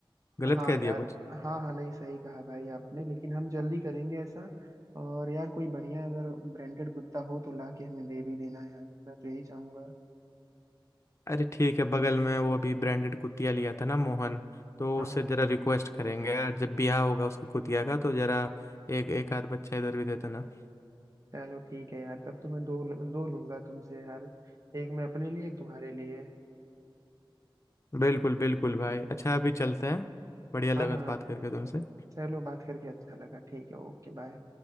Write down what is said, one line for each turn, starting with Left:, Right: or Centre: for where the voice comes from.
Left: गलत
Right: हाँ
Left: कह दिया
Right: यार
Left: कुछ
Right: हाँ हाँ नहीं सही कहा भाई आपने लेकिन हम जल्दी करेंगे ऐसा और यार कोई बढ़िया अगर ब्रांडेड कुत्ता हो तो ला के हमें दे भी देना यार मैं तो यही चाहूंगा
Left: अरे ठीक है बगल में वो अभी ब्रांडेड कुतिया लिया था ना मोहन तो
Right: हाँ
Left: उससे
Right: हाँ
Left: जरा रिक्वेस्ट करेंगे यार जब ब्याह होगा उसकी कुतिया का तो जरा एक एक आध बच्चा इधर भी दे देना
Right: चलो ठीक है यार तब तो मैं दो दो लूंगा तुमसे यार एक मैं अपने लिए एक तुम्हारे लिए
Left: बिल्कुल बिल्कुल भाई अच्छा अभी चलते हैं बढ़िया लगा
Right: हाँ हाँ
Left: तो बात करके तुमसे
Right: चलो बात करके अच्छा लगा ठीक है ओके बाय